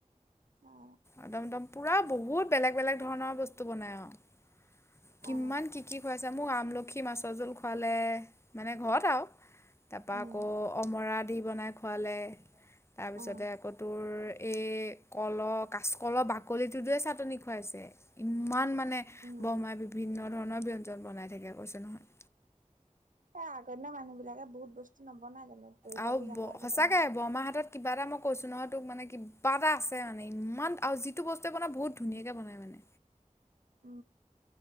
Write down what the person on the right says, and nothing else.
অ
অ',
উম
অ
উম
এ আগৰদিনা মানুহ বিলাকে বহুত বস্তু নবনায় জানো তুমিতো
এইবোৰ জানা
আকৌ
বনোৱা
উম্ <unintelligible>